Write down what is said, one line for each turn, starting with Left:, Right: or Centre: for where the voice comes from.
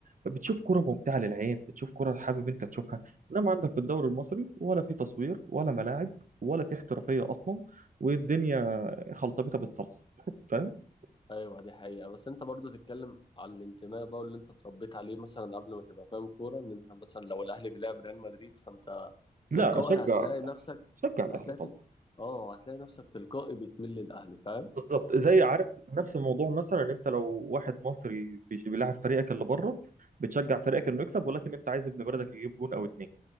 Right: بتشوف كرة ممتعة للعين بتشوف كرة حابب انت تشوفها انما عندك في الدوري المصري ولا في تصوير ولا ملاعب ولا في احترافية اصلا والدنيا خلطبيطة بالصلصة <laughs>
Left: ايوه دي حقيقه بس انت برضو تتكلم على الانتماء بقى واللي انت اتربيت عليه مثلا قبل ما تبقى فاهم كوره ان انت مثلا لو الاهلي بيلعب ريال مدريد فانت
Right: لا
Left: تلقائي
Right: اشجع
Left: هتلاقي
Right: الاهلي
Left: نفسك
Right: اشجع الاهلي
Left: هتلاقي
Right: طبعا
Left: تل... اه هتلاقي نفسك تلقائي بتميل للاهلي فاهم
Right: بالظبط زي عارف نفس الموضوع مثلا إن انت لو واحد مصري بيش- بيلاعب فريقك اللي بره بتشجع فريقك انه يكسب ولكن انت عايز ابن بلدك يجيب جون او اتنين